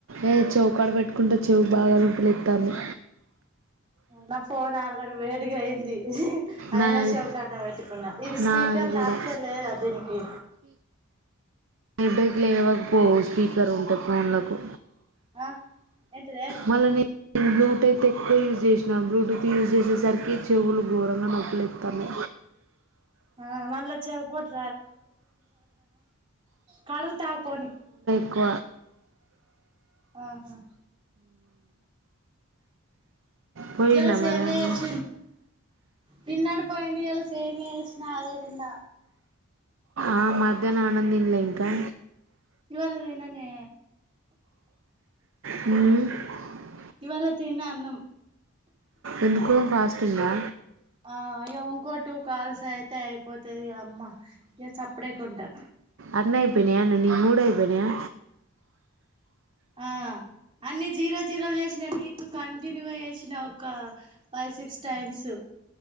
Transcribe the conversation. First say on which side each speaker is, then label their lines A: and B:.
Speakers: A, on the right; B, on the right.
A: ఏ చెవుకాడ పెట్టుకుంటే చెవు బాగా నొప్పి లెట్టంది
B: నా ఫోన్ ఆల్రెడీ వేడిగా అయింది. అయినా
A: నాది
B: చవికానే పెట్టుకున్నా ఇది స్పీకర్
A: నాది కూడా
B: ఆప్షన్ లేదు కదా దీనికి.
A: నబేక్ లేవ్వకపోవు స్పీకర్ ఉంటే ఫోన్లకు
B: ఆ ఏంటిదే
A: మళ్ళీ నేను బ్లూటూత్ ఎక్కువ యూజ్ చేసినా బ్లూటూత్ యూస్ చేసరికి చెవులు ఘోరంగా నొప్పులు ఎతాన్నా
B: ఆ మళ్ళా చెవిపోటు కడువు తా పోని
A: కు
B: ఆహా
A: పోయిండా
B: ఇలా సేమే
A: మరి అన్న
B: చేస పిన్నడు పోయిడి ఇలా సేమే నాదే దీన్న
A: ఆ మధన అన్నం ఇంకా
B: ఇవాల దినన్నే
A: <unintelligible>
B: ఇవాళతేన్న అన్నం
A: ఎందుకో కాస్ట్ంగా
B: ఆ ఇక ఉంకోటు కాల్స్ అయితే అయిపోతుది అమ్మ ఇ చప్పుడేకుంటా
A: అన్ని ఐపోనయా న మూడ ఐపోనయా
B: ఆ అన్ని జీరా జీరో చేసిన నీకు కంటిన్యూ చేసిన ఒక ఫైవ్ సిక్స్ టైమ్స్